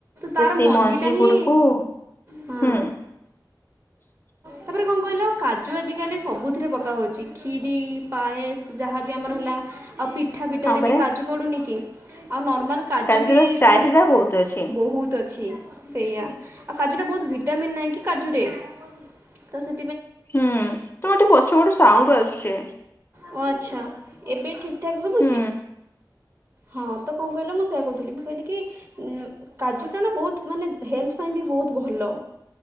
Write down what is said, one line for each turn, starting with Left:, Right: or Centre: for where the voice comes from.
Left: ତ
Right: ତାର
Left: ସେ
Right: ମଞ୍ଜିଟା
Left: ମଞ୍ଜି
Right: ହିଁ
Left: ଗୁଡିକୁ ହୁଁ।
Right: ହଁ
Left: <inaudible>
Right: ତା ପରେ କଣ କହିଲ କାଜୁ ଆଜିକାଲି ସବୁଥିରେ ପକାହଉଛି କ୍ଷିରୀ ପାଏସ୍ ଯାହା ବି ଆମର ହେଲା ଆଉ ପିଠା ପିଠାରେ
Left: ହଁ ପରା
Right: ବି କାଜୁ ପଡ଼ୁନି କି? ଆଉ ନ ନର୍ମାଲ କାଜୁ
Left: କାଜୁର
Right: ବି
Left: ଚାହିଦା
Right: ଯୋଉମାନେ
Left: ବହୁତ ଅଛି।
Right: ବହୁତ ଅଛି। ସେୟା ଆଉ କାଜୁରେ ବହୁତ ଭିଟାମିନ୍ ନାହିଁ କି କାଜୁରେ ତ ସେ
Left: ହୁଁ ତମର ଟିକେ ପଛପଟୁ ସାଉଣ୍ଟ ଆସୁଛି।
Right: ଓ ଆଚ୍ଛା ଏବେ ଠିକ ଠାକ୍ ଶୁବୁଚି।
Left: ହୁଁ
Right: ହଁ ତ କଣ କହିଲ ମୁଁ ସେଇୟା କହୁଥିଲି ମୁଁ କହିଲି କି କାଜୁ ଟା ନା ବହୁତ ମାନେ ହେଲ୍ଥ ପାଇଁ ବି ବହୁତ ଭଲ।